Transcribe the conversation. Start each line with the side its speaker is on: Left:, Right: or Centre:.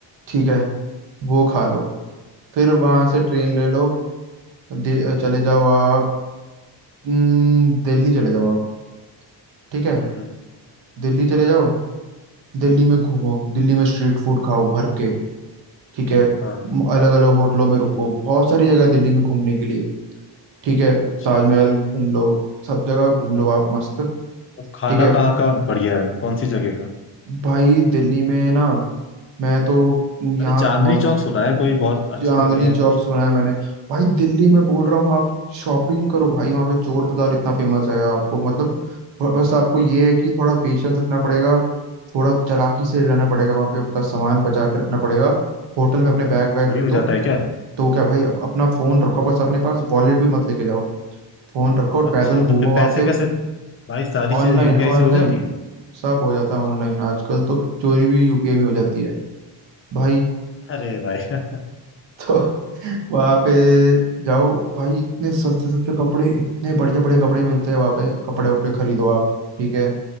Right: ठीक है वो खा लो फिर वहां से ट्रेन ले लो दि- चले जाओ आप हम्म, दिल्ली चले जाओ आप ठीक है
Left: हम्म हम्म,
Right: दिल्ली चले जाओ दिल्ली में घूमो दिल्ली में स्ट्रीट फूड खाओ भर के ठीक है
Left: हाँ
Right: अलग अलग होटलों में रुको बहुत सारी जगह है दिल्ली में घूमने के लिए ठीक है
Left: अच्छा
Right: ताजमहल घूम लो सब जगह घूम लो आप मस्त
Left: तो खाना
Right: ठीक है
Left: कहाँ का बढ़िया है कौन सी जगह का
Right: भाई दिल्ली में ना मैं तो यहाँ
Left: मैंने चांदनी
Right: घुमाऊँ
Left: चौक सुना है कोई बहुत अच्छी
Right: चांदनी
Left: जगह है
Right: चौक
Left: कुछ
Right: सुना है मैंने भाई दिल्ली में बोल रहा हूँ आप शॉपिंग करो भाई वहां पे चोर बाजार इतना फेमस है आपको मतलब ब- बस आपको ये है कि थोड़ा पेशेंस रखना पड़ेगा थोड़ा चालाकी से रहना पड़ेगा वहां पे आपका सामान बचा के रखना पड़ेगा होटल में अपने बैग वैग
Left: चोरी
Right: रख
Left: हो
Right: दो
Left: जाता है क्या
Right: तो क्या भाई अप- अपना फोन रखो बस अपने पास वॉलेट भी मत लेके जाओ फोन रखो और
Left: अच्छा
Right: पैदल घूमो
Left: तो फिर
Right: वहां
Left: पैसे
Right: पे
Left: कैसे भाई सारी चीजें
Right: ऑनलाइन
Left: यूपीआई
Right: ऑनलाइन
Left: से हो जाती है
Right: सब हो जाता
Left: अच्छा
Right: है ऑनलाइन
Left: अच्छा
Right: आजकल तो चोरी भी यूपीआई में हो जाती है भाई
Left: अरे भाई <laughs>
Right: <laughs> तो वहां पे जाओ भाई इतने सस्ते सस्ते कपड़े इतने बढ़िया बढ़िया कपड़े मिलते हैं वहां पे कपड़े वपड़े खरीदो आप ठीक है